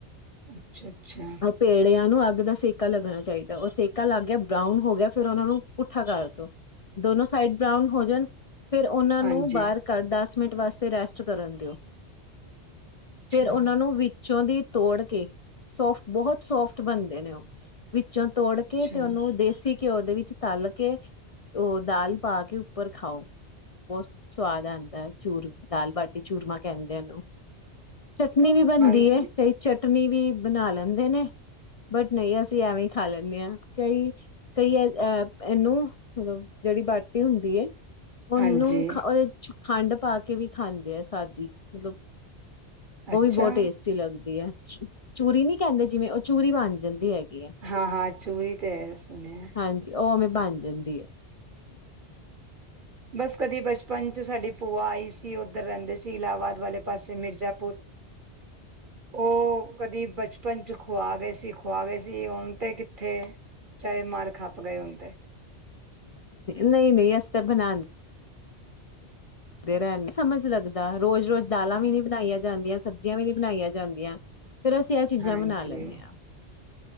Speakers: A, on the right; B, on the left.
A: ਅੱਛਾ ਅੱਛਾ
B: ਉਹ ਪੇੜਿਆਂ ਨੂੰ ਅੱਗ ਦਾ ਸੇਕਾ ਲੱਗਣਾ ਚਾਹੀਦਾ। ਉਹ ਸੇਕਾ ਲੱਗ ਗਿਆ ਬਰਾਊਨ ਹੋ ਗਿਆ ਫੇਿਰ ਉਹਨਾਂ ਨੂੰ ਪੁੱਠਾ ਕਰ ਤੋਂ ਦੋਨੋ ਸਾਈਡ ਬਰਾਊਨ ਹੋ ਜਾਣ। ਫੇਿਰ ਉਹਨਾਂ
A: ਹਾਂਜੀ
B: ਨੂੰ ਬਾਹਰ ਕੱਦਾੱਸ। ਮਿੰਟ ਵਾਸਤੇ ਰੈਸਟ ਕਰਨ ਦਿਓ।
A: ਅੱਛਾ
B: ਫੇਿਰ ਉਹਨਾਂ ਨੂੰ। ਚੋਂ ਦੀ ਤੋੜ ਕੇ ਸੋਫ। ਬਹੁਤ ਸੋਫਟ ਬਣਦੇ ਨੇ ਉਹ। ਵਿੱਚੋਂ ਤੋੜ
A: ਅੱਛਾ
B: ਕੇ ਤੇ ਉਹਨੂੰ ਦੇਸੀ ਘਿਓ ਦੇ ਵਿੱਚ। ਤਲ ਕੇ ਉਹ ਦਾਲ ਪਾ ਕੇ ਉੱਪਰ ਖਾਓ ਬਹੁਤ ਸਵਾਦ ਆਉਂਦਾ ਚੂਰ ਦਾਲ ਬਾਟੀ ਚੂਰਮਾ ਕਹਿੰਦੇ ਨੂੰ। ਚਟਨੀ ਵੀ ਬਣਦੀ
A: ਹਾਂਜੀ
B: ਹੈ ਕਈ ਚਟਨੀ ਵੀ ਬਣਾ ਲੈਨ। ਬਟ ਨਹੀਂ ਅਸੀਂ ਐਵੇਂ ਹੀ ਖਾ ਲੈਂਦੇ ਹਾਂ ਕਈ ਕਈ ਅਹ ਇਹਨੂੰ ਮਤਲਬ ਜਿਹੜੀ ਬਾਟੀ ਹੁੰਦੀ। ਉਹਨੂੰ
A: ਹਾਂਜੀ
B: <unintelligible> ਖੰਡ ਪਾ ਕੇ ਵੀ ਖਾਂਦੇ ਆ ਸਾਦੀ ਮਤਲਬ। ਉਹ
A: ਅੱਛਾ
B: ਵੀ ਬਹੁਤ ਟੇਸਟੀ ਲੱਗਦੀ ਹੈ। ਚ ਚੂਰੀ ਨੀ। ਕਹਿੰਦੇ ਜਿਵੇਂ ਉਹ ਚੂਰੀ ਬਣ ਜਾਂਦੀ ਹੈਗੀ। ਹੈ
A: ਹਾਂ ਹਾਂ ਚੂਰੀ ਤੇ ਹੈ ਸੁਣਿਆ।
B: ਹਾਂਜੀ ਉਹ ਉਵੇਂ ਬਣ ਜਾਂਦੀ ਹੈ।
A: ਬਸ ਕਦੀ ਬਚਪਨ ਚ ਸਾਡੀ ਭੂਆ ਆਈ ਸੀ ਉੱਧਰ ਰਹਿੰਦੇ ਸੀ। ਸੀ ਇਲਾਬਾਦ ਵਾਲੇ ਪਾਸੇ ਮਿਰਜ਼ਾਪੁਰ ਉਹ ਕਦੀ ਬਚਪਨ ਚ ਖੁਆ ਗਏ ਸੀ। ਸੀ ਖਵਾ ਗਏ ਸੀ ਓਨ ਤੇ ਕਿੱਥੇ ਚਾਹੇ ਮਰ ਖੱਪ ਗਏ ਹੂਨ ਤੇ।
B: ਨਹੀਂ ਨਹੀਂ ਅਸੀ ਤਾਂ ਬਣਾਉਣ। ਤੇਰਾਏ ਸਮਝ ਨਹੀ ਲੱਗਦਾ ਰੋਜ਼- ਰੋਜ਼ ਦਾਲਾਂ ਵੀ ਨਹੀ ਬਣਾਈਆਂ ਜਾਂਦੀਆਂ ਸਬਜੀਆਂ ਵੀ ਨਹੀ ਬਣਾਈਆਂ ਜਾਂਦੀਆਂ ਫੇਰ ਅਸੀ ਇਹ ਚੀਜ਼ਾਂ
A: ਹਾਂਜੀ
B: ਬਣਾ ਲੈਂਦੇ ਹਾਂ।